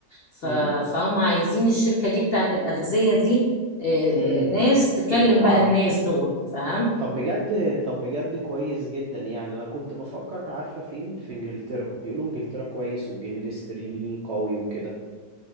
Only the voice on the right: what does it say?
امم
امم
عرب
طب بجد طب بجد كويس جدا يعني انا كنت بفكر عارفه فين في انجلترا بيقولوا انجلترا كويس والجنيه الاسترليني قوي وكده